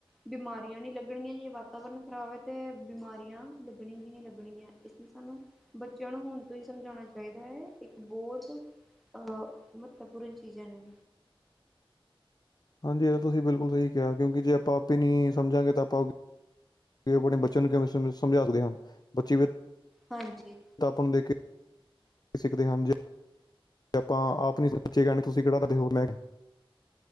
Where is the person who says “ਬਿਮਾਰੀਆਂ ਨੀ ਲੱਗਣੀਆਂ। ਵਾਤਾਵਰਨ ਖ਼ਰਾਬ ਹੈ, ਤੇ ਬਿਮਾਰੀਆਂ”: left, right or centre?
Centre